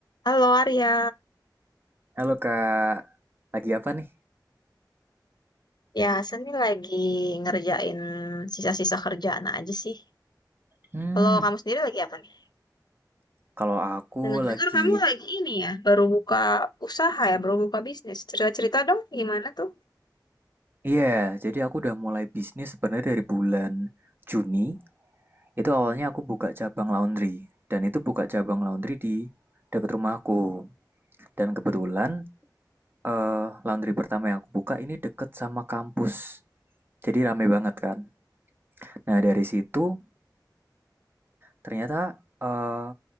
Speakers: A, on the left; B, on the right.
A: Halo Arya,
B: Halo Kak, lagi apa nih?
A: ya saya ini lagi ngerjain sisa-sisa kerjaan aja sih.
B: Hmm,
A: Kalau kamu sendiri lagi apa nih?
B: kalau aku
A: Dengar-dengar
B: lagi,
A: kamu lagi ini ya, baru buka usaha ya, baru buka bisnis. Cerita-cerita dong gimana tuh?
B: iya, jadi aku udah mulai bisnis sebenarnya dari bulan Juni. Itu awalnya aku buka cabang laundry, dan itu buka cabang laundry di dekat rumahku. Dan kebetulan eh, laundry pertama yang aku buka ini deket sama kampus, jadi rame banget kan. Nah dari situ ternyata eh,